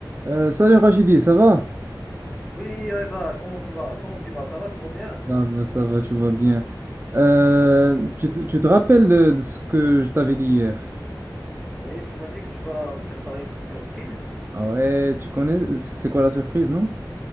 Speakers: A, on the right; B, in the centre.
A: Euh, salut Rachidi, ça va?
B: Oui, Reda, comment tu vas? Comment tu vas? Ça va? Tout va bien?
A: Ça va, ça va, tu vas bien. Euh, tu, te tu te rappelles de, de ce que je t'avais dit hier?
B: Oui, tu m'as dit que tu vas me préparer une petite surprise.
A: Ah ouais, tu connais, c'est quoi la surprise, non?